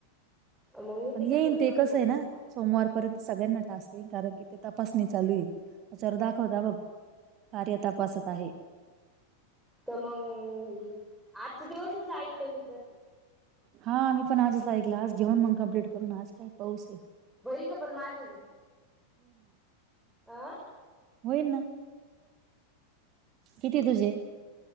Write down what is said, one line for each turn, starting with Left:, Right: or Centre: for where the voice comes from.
Centre: मग मी
Right: पण
Centre: तिच्या
Right: येईन
Centre: फोनमध्ये
Right: ते कसं
Centre: ओपन
Right: आहे ना
Centre: केलं.
Right: सोमवारपर्यंत सगळ्यांना टास्क येईल कारण की तिथं तपासणी चालू आहे त्याच्यावर दाखवता बघ कार्य तपासत आहे. ‌
Centre: तर मग, आजचे दिवसच ऐकलं मी तर.
Right: हा मी पण आजच ऐकल आज जेऊन मग कम्प्लीट करून आज काय पाऊस आहे.
Centre: होईल का पण माझे बी <inaudible> अं?
Right: होईलन. किती तुझे?